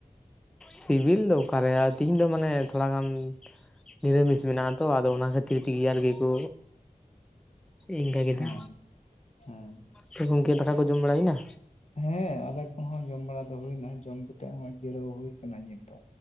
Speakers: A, in the centre; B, on the left.
A: ᱥᱤᱵᱤᱞ ᱫᱚ ᱚᱠᱟᱨᱮ ᱛᱤᱦᱤᱧ ᱫᱚ ᱢᱟᱱᱮ ᱛᱷᱚᱲᱟ ᱜᱟᱱ ᱱᱤᱨᱟᱢᱤᱥ ᱢᱮᱱᱟᱜ-ᱟ ᱛᱚ ᱟᱫᱚ ᱚᱱᱟ ᱠᱷᱟᱹᱛᱤᱨ ᱛᱮᱜᱮ ᱟᱨᱠᱤ ᱠᱚ ᱤᱱᱠᱟᱹ ᱠᱮᱫᱟ
B: ᱦᱚᱸ ᱦᱚᱸ
A: ᱛᱚ ᱜᱚᱝᱠᱮ ᱫᱟᱠᱟ ᱠᱚ ᱡᱚᱢ ᱵᱟᱲᱟ ᱦᱩᱭᱱᱟ
B: ᱦᱮᱸ ᱟᱞᱮ ᱠᱚᱦᱚᱸ ᱡᱚᱢ ᱵᱟᱲᱟ ᱫᱚ ᱦᱩᱭᱱᱟ ᱡᱚᱢ ᱠᱟᱛᱮᱫ ᱦᱚᱸ ᱚᱭ ᱡᱤᱨᱟᱹᱣ ᱦᱩᱭ ᱟᱠᱟᱱᱟ ᱱᱤᱛ ᱫᱚ